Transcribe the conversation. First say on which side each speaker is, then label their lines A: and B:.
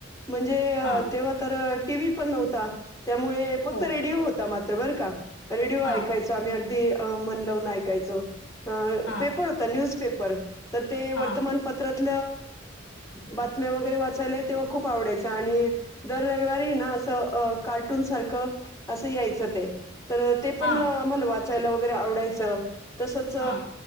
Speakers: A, on the left; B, on the left.
A: म्हणजे
B: हा
A: तेव्हा तर टीव्ही पण नव्हता. त्यामुळे फक्त
B: हो
A: रेडिओ होता मात्र बरं का रेडिओ
B: हा
A: ऐकायच आम्ही अगदी अ म्न लावून ऐकायचं
B: हा
A: पेपर होता न्यूज पेपर तर ते
B: हा
A: वर्तमानपत्रात बातम्या वगैरे वाचायला तेव्हा खूप आवडायचं आणि दर रविवारी अस कार्टून सारख अस यायचं ते तर ते पण
B: हा
A: आम्हाला वा यला वगैरे आवडायचं तसच
B: हा